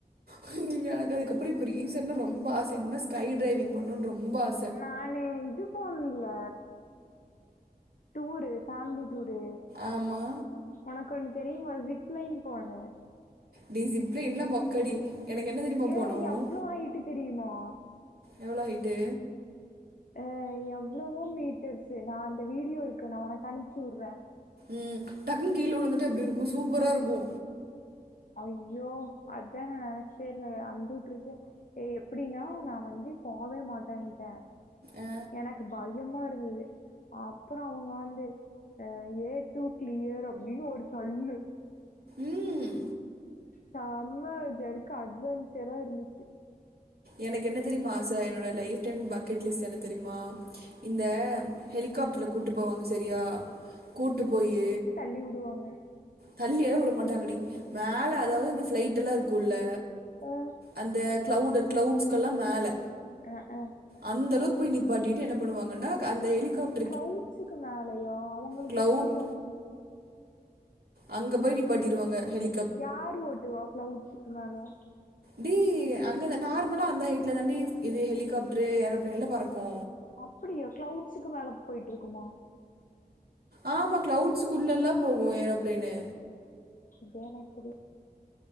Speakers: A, on the right (about 85°); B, on the left (about 60°).
A: ஹை யா அத அதுக்கப்புற இப்ப ரீசன்டா ரொம்ப ஆச என்னனா ஸ்கை டைவிங் பண்ணணுன் ரொம்ப ஆச
B: நானு இது போணன்ல டூரு ஃபேமிலி டூரு
A: ஆமா
B: உனக்கொன்னு தெரியுமா ஜிப் லைன் போனே
A: டி ஜிப் லைன்லா மொக்கடி எனக்கு என்ன தெரியுமா
B: யேய்
A: போகணும்
B: எவ்ளோ ஹைட்டு தெரியுமா
A: எவ்ளோ ஹைட்டு
B: ஆ எவ்ளவோ மீட்டர்ஸு நா அந்த வீடியோ இருக்கு நா உனக்கு அனுப்ச்சு வுட்றே
A: ம் டக்குன்னு கீழ உழுந்துட்டா எப்டி இருக்கு சூப்பரா இருக்கு
B: ஐயோ அதா நா நெனைச்சிட்டே இருந்தே அந்து உட்ருச்சு ஏ எப்பிடின்னா நா வந்து போவே மாட்டேன்ட்டே
A: ஆ,
B: எனக் கு பயமா இருந்துது அப்புறோ அவங்க வந்து ஆ ஏ டு கிளியர் அப்டின்னு ஒரு தள்ளு
A: ம்
B: செம ஜெர்க்கு அட்வென்ச்சரா இருந்துச்சு
A: எனக் என்ன தெரியுமா சார் என்னோட லைஃப் டைம் பக்கெட் லிஸ்ட் என்னதெரியுமா இந்த
B: ம்
A: ஹெலிகாப்டர்ல கூட்டுபோவாங்க செரியா கூட்டுபோயி
B: ள்ளி வுடுவாங்க
A: தள்ளி எல்லா வுட மாட்டாங்கடி மேல அதாவது அந்த ஃளைட் எல்லாஇருக்குல்ல
B: ஆ
A: அந்த கிளவுடு கிளவுட்ஸ்கெல்லா மேல
B: அ ஆ
A: அந்த அளவுக் போய் நீப்பாட்டிட்டு என்ன பண்ணுவாங்கன்னா அந்த ஹெலிகாப்
B: கிளவுட்ஸுக்கு மேலயா அவங்களுக்
A: க்ளவுட்
B: எப்பட்ர்ரீ
A: அங்க போய் நிப்பாட்டிர்வாங்க ஹெலி
B: யாரு ஓட்டுவா க்ளௌட்ஸ்க்கு மேல
A: டி அங்கதா நார்மலா அந்த ஹைட்ல தாண்டி இது ஹெலிகாப்ட்ரு ஏரோப்பிளைன்ல பறக்கூ
B: அப்படியா கிளவுட்ஸுக்கு மேல பொயிட்டுருக்குமா
A: ஆம்மா கிளவுட்ஸு்குள்ளலா போகு ஏரோப்ளேன்னு
B: இது எனக் தெரி